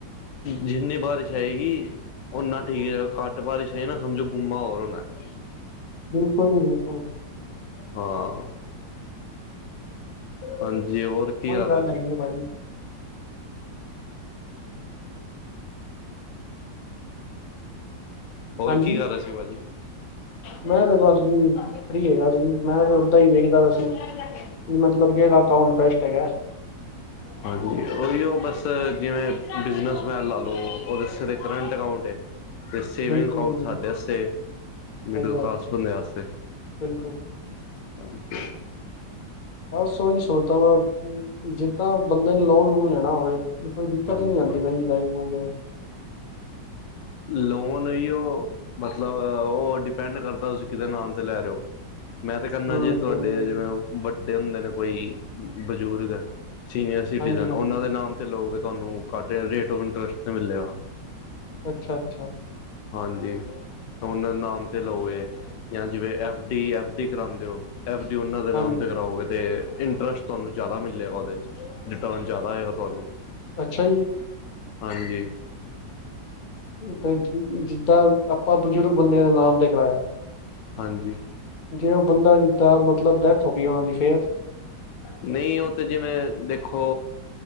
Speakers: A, on the left; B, on the left.
A: ਜਿੰਨੀ ਬਾਰਿਸ਼ ਆਏਗੀ ਓਨਾ ਠੀਕ ਜੇ ਘਟ ਬਾਰਿਸ਼ ਆਈ ਨਾ ਸਮਝੋ ਗੁੰਮਾ ਹੋਰ ਹੋਣਾ ਐ।
B: ਬਿਲਕੁਲ ਜੀ ਬਿਲਕੁਲ।
A: ਹਾਂ। ਹਾਂਜੀ ਹੋਰ ਕੀ
B: ਕੋਈ
A: ਕਰ
B: ਗੱਲ
A: ਰਹੇ ਸੀ
B: ਨਹੀਂ ਜੀ ਭਾਜੀ
A: ਹੋਰ
B: ਹਾਂਜੀ
A: ਕੀ ਕਰ ਰਹੇ ਸੀ ਭਾਜੀ <unintelligible>
B: ਮੈਂ ਤੇ ਬਸ ਜੀ ਫ੍ਰਰੀ ਹੈਗਾ ਸੀ ਮੈਂ ਤੇ ਓਦਾਂ ਹੀ ਵੇਖਦਾ ਵੈਸੀ ਮਤਲਬ ਕਿਹੜਾ ਅਕਾਉਂਟ ਬੈਸਟ ਹੈਗਾ <unintelligible>
A: ਹਾਂਜੀ ਓਹੀ ਓਹ ਬਸ ਜਿਵੇਂ ਬਿਜਨਸਮੈਨ ਲਾ ਲਓ ਉਹਦੇ ਸਾਰੇ ਕਰੰਟ ਅਕਾਊਂਟ ਹੈ ਤੇ ਸੇਵਿੰਗ
B: ਬਿਲਕੁਲ
A: ਅਕਾਊਂਟ
B: ਜੀ
A: ਸਾਡੇ ਵਾਸਤੇ, ਮਿਡਲ
B: ਸਹੀ ਗੱਲ
A: ਕਲਾਸ
B: ਹੈ
A: ਬੰਦੇ ਵਾਸਤੇ
B: ਬਿਲਕੁਲ
A: ਹਾਂਜੀ
B: ਬਸ ਓਹੀ ਸੋਚਦਾ ਵਾਂ, ਜਿੱਦਾਂ ਬੰਦੇ ਨੇ ਲੋਨ ਲੂਨ ਲੈਣਾ ਨਾ ਹੋਵੇ ਕੋਈ ਦਿੱਕਤ
A: ਹਾਂਜੀ
B: ਨੀ ਆਂਦੀ, ਬੈਂਕ ਬੂੰਕ ਦੇ
A: ਲੋਨ ਹੀ ਓਹ, ਮਤਲਬ ਓਹ ਡਿਪੈਂਡ ਕਰਦਾ ਤੁਸੀਂ ਕਿਹਦੇ ਨਾਂ ਤੇ ਲੈ ਰਹੇ ਹੋ ਮੈਂ ਤਾਂ ਕਹਿਨਾ
B: ਹੂੰ
A: ਜੇ
B: ਸਹੀ
A: ਤੁਹਾਡੇ
B: ਗੱਲ
A: ਜਿਵੇਂ
B: ਹੈ।
A: ਵੱਡੇ ਹੁੰਦੇ ਨੇ ਕੋਈ ਬਜ਼ੁਰਗ ਸੀਨੀਅਰ ਸਿਟੀਜਨ,
B: ਹਾਂਜੀ ਹਾਂਜੀ
A: ਉਹਨਾਂ ਦੇ ਨਾਮ ਤੇ ਲਓਗੇ ਤੁਹਾਨੂੰ ਘੱਟ ਰੇਟ ਔਫ ਇੰਟਰਸਟ 'ਤੇ ਮਿਲੇਗਾ।
B: ਅੱਛਾ ਅੱਛਾ
A: ਹਾਂਜੀ ਉਹਨਾਂ ਨਾਮ ਤੇ ਲਓਗੇ, ਜਾਂ ਜਿਵੇਂ ਐਫ ਡੀ ਐਫ ਡੀ ਕਰਾਉਂਦੇ ਹੋ ਐਫ ਡੀ ਓਨਾ ਦੇ
B: ਹਾਂਜੀ
A: ਨਾਮ ਤੇ ਕਰਾਓਗੇ ਤੇ ਇੰਟਰਸਟ ਤੁਹਾਨੂੰ ਜ਼ਿਆਦਾ ਮਿਲੇਗਾ ਓਹਦੇ ਚ, ਰਿਟਰਨ ਜ਼ਿਆਦਾ ਆਏਗਾ ਤੁਹਾਨੂੰ
B: ਅੱਛਾ ਜੀ
A: ਹਾਂਜੀ
B: ਤੇ ਜਿੱਦਾਂ ਆਪਾਂ ਬਜ਼ੁਰਗ ਬੰਦਿਆਂ ਦੇ ਨਾਮ ਤੇ ਕਰਾਇਆ
A: ਹਾਂਜੀ
B: ਜੇ ਉਹ ਬੰਦਾ ਜਿੱਦਾਂ ਮਤਲਬ ਡੈਥ ਹੋ ਗਈ ਉਹਨਾਂ ਦੀ ਫੇਰ
A: ਨਹੀਂ ਉਹ ਤੇ ਜਿਵੇਂ ਦੇਖੋ